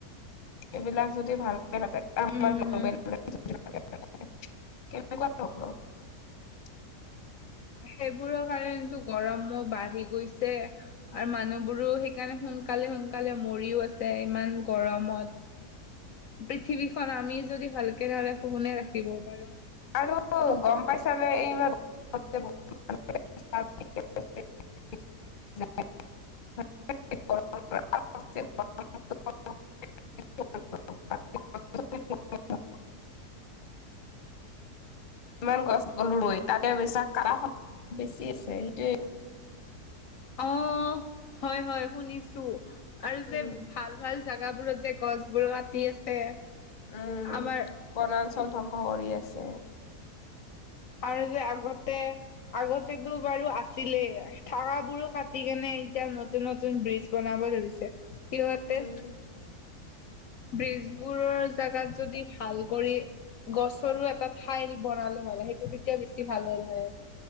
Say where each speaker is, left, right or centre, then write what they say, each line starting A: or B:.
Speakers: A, on the left (about 45°); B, on the left (about 70°).
A: এইবিলাক যদি ভাল আ
B: উম
A: গ্ <unintelligible> <unintelligible> কেনেকুৱা হব। <unintelligible>
B: সেইবোৰৰ কাৰণো গৰমো বাঢ়ি গৈছে আৰু মানুহবোৰো হে- সেইকাৰণে সোনকালে সোনকালে মৰিও আছে ইমান গৰমত পৃথিৱী- খন আমি যদি ভালকে নাৰাখো কোনে ৰাখিব পাৰো
A: আৰু গম পাইছানে এইবাৰ - <unintelligible> <unintelligible> <unintelligible> কিমান গছ অৰুএই তাতে বৈছ কা বেছি আছে সেইটোৱেই।
B: অ হয় হয় শুনিছোঁ আৰু
A: উম
B: যে ভাল ভাল জোগা বোৰত যে গছ বোৰ কাটি আছে
A: উম
B: আমাৰ
A: বনাঞ্চল ধ্বংস কৰি আছে
B: আৰু যে আগতে আগতেতো বাৰু আছিলে থাকাবোৰো কাটি কেনে- এতিয়া নতুন নতুন ব্ৰিজ বনাব ধৰিছে সিহঁতে।
A: উম
B: ব্ৰিজবোৰৰ জোগাত যদি ভাল কৰি। গছৰো এটা ঠাইল বনালে মানলে সেইটো তেতিয়া বেছি ভাল হ'ল হয়।